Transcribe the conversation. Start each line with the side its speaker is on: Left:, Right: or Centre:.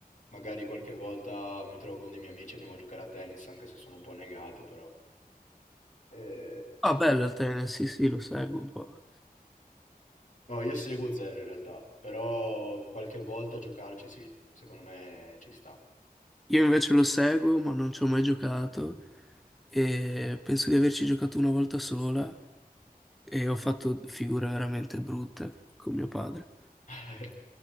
Left: Magari qualche volta mi trovo con dei miei amici e andiamo a giocare a tennis, anche se sono un po' negato, però. Eh, ci...
Centre: Ah, bello il tennis, sì, sì, lo seguo un po'.
Left: No, io seguo zero in realtà, però qualche volta giocarci sì, secondo me ci sta.
Centre: Io invece lo seguo, ma non ci ho mai giocato e penso di averci giocato una volta sola e ho fatto figure veramente brutte con mio padre.
Left: <laughs>